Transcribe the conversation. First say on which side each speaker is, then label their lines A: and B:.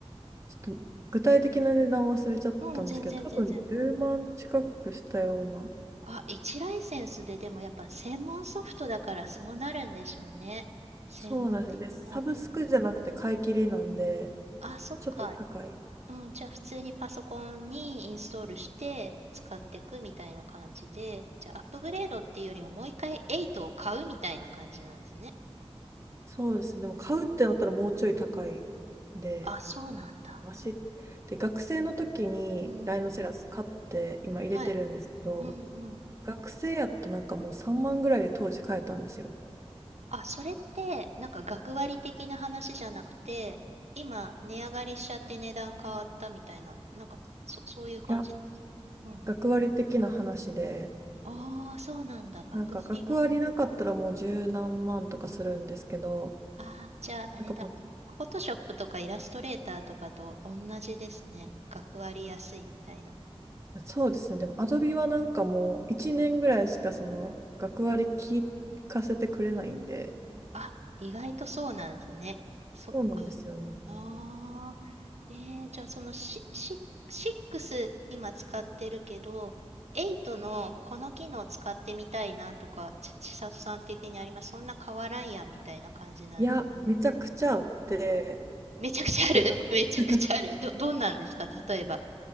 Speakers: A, on the right (about 25°); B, on the right (about 85°).
A: ょっと具体的な値段忘れちゃったんですけど、
B: あ。うん、全然全然。
A: 多分10万近くしたような。
B: あ、1ライセンスででもやっぱ専門ソフトだからそうなるんでしょうね。専門的なね。
A: そうなんですよ。で、サブスクじゃなくて買い切りなんで、
B: あ、そっか。
A: ちょっと高い。
B: うん、じゃあ普通にパソコンにインストールして使っていくみたいな感じで、じゃあアップグレードっていうよりももう一回エイトを買うみたいな感じなんですね。
A: そうですね。でも買うってなったらもうちょい高いんで、
B: あ、そうなんだ。
A: マシ。で、学生の時にライノセラス買って今入れてるんですけど、
B: うん。はい。うんうん。
A: 学生やとなんかもう3万ぐらいで当時買えたんですよ。
B: あ、それってなんか学割的な話じゃなくて、今値上がりしちゃって値段変わったみたいな、なんかそ、そういう感じです。
A: いや、
B: うん。
A: 学割的な話で、
B: ああ、そうなんだ。学割が。
A: なんか学割なかったらもう十何万とかするんですけど、
B: ああ、じゃああれだ。
A: なんかも
B: フォトショップとかイラストレーターとかと同じですね。学割安いみたいな。
A: うそうですね、でもアドビはなんかもう1年ぐらいしかその学割聞かせてくれないんで、
B: うんあ、意外とそうなんですね。そっか。
A: そうなんですよね。
B: ああ、えー、じゃあそのシ、シ、6今使ってるけど、8のこの機能使ってみたいなとか、ち、ちさ里さん的にあります。そんな変わらんやんみたいな感じなんですかね。
A: いや、めちゃくちゃあって、
B: めちゃくちゃある
A: で、なんか
B: <laughs> めちゃくちゃある。
A: <laughs>
B: ど、どんなんですか例えば。